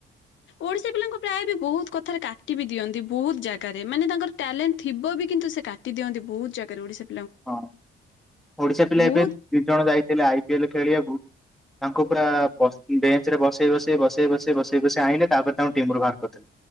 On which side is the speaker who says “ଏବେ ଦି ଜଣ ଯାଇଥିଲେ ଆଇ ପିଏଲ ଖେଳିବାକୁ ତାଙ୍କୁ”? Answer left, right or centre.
Centre